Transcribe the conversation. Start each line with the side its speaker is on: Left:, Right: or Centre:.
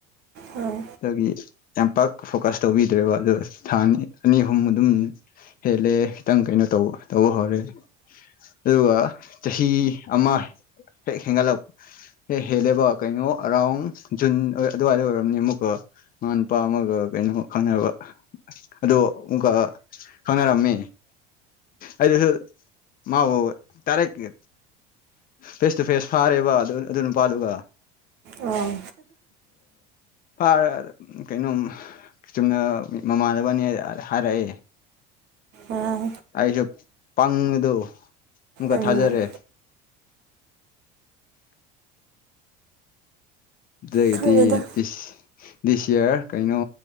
Right: ꯎꯝ ꯎꯝ
Left: ꯑꯗꯨꯒꯤ ꯌꯥꯝꯄꯥꯛ ꯐꯣꯀ꯭ꯁ ꯇꯧꯕꯤꯗ꯭ꯔꯦꯕ ꯑꯗꯨꯒ ꯊꯥ ꯑꯅꯤ ꯑꯅꯤ ꯑꯍꯨꯝ ꯑꯗꯨꯝ ꯍꯦꯜꯂꯦ ꯈꯤꯇꯪ ꯀꯩꯅꯣ ꯇꯧꯕ ꯇꯧꯕ ꯍꯧꯔꯦ ꯑꯗꯨꯒ ꯆꯍꯤ ꯑꯃ ꯍꯦꯛ ꯍꯦꯟꯒꯂꯞ ꯍꯦ ꯍꯦꯜꯂꯦꯕ ꯀꯩꯅꯣ ꯑꯔꯥꯎꯟ ꯖꯨꯟ ꯑꯗꯨꯋꯥꯏꯗ ꯑꯣꯏꯔꯝꯅꯤꯕꯀꫭ ꯃꯥ ꯅꯨꯨꯄꯥ ꯑꯃꯒ ꯀꯩꯅꯣ ꯈꯪꯅꯕ ꯑꯗꯨ ꯑꯃꯨꯛꯀ ꯈꯪꯅꯔꯝꯃꯦ ꯑꯩꯗꯁꯨ ꯃꯥꯕꯨ ꯇꯥꯔꯛꯀꯦ ꯐꯦꯁ ꯇꯨ ꯐꯦꯁ ꯐꯥꯔꯦꯕ ꯑꯗꯨ ꯑꯗꯨ ꯅꯨꯄꯥꯗꯨꯒ ꯑ
Right: ꯑꯣ
Left: ꯐꯥꯔ ꯀꯩꯅꯣꯝ ꯆꯨꯝꯅ ꯃꯃꯥꯟꯅꯕꯅꯦ ꯍꯥꯏꯔꯛꯑꯦ
Right: ꯑꯣ
Left: ꯑꯩꯁꯨ ꯄꯪꯕꯗꯨ ꯑꯃꯨꯛꯀ
Right: ꯎꯝ
Left: ꯊꯥꯖꯔꯦ ꯑꯗꯨꯗꯩꯗꯤ
Right: ꯈꯪꯗꯦꯗ
Left: ꯗꯤꯁ ꯗꯤꯁ ꯌꯔ ꯀꯩꯅꯣ